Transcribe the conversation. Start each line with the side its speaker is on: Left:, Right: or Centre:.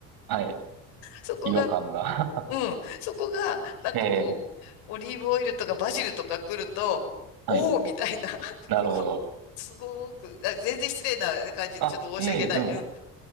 Right: はい。
Left: そこが、
Right: 違和感が。
Left: うん、そこが、なんかこう、
Right: <laughs> ええ
Left: オリーブオイルとかバジルとか来ると、
Right: はい。
Left: おおみたいな、<laughs>
Right: なるほど。
Left: こう、すごく、あ全然失礼な感じで、
Right: あ、
Left: ちょっと申し訳ない。
Right: ええでも、
Left: うん。